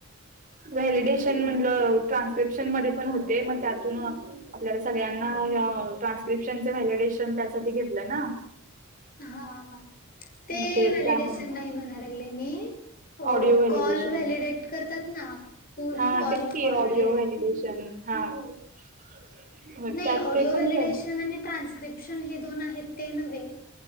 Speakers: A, on the right (about 40°); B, on the left (about 45°).
A: व्हॅलिडेशन म्हटलं ट्रान्स्क्रिप्शन मध्ये पण होते मग त्यातून आपल्याला सगळ्यांना ट्रान्स्क्रिप्शनच व्हॅलिडेशन त्यासाठी घेतलं ना.
B: हा हा ते
A: मग
B: व्हॅलिडेशन
A: त्यामध्ये
B: नाही म्हणागले मी अ
A: ऑडिओ व्हॅलिडेशन
B: कॉल व्हॅलिडेट करतात ना पूर्ण
A: हा
B: कॉल
A: तेच क
B: कॉल
A: ऑडिओ
B: व्हॅलिडेट
A: वॉलिडेशन हा <unintelligible>
B: नाही ऑडिओ
A: ते पण
B: व्हॅलिडेशन
A: कर
B: आणि ट्रान्स्क्रिप्शन हे दोन आहेत ते नव्हे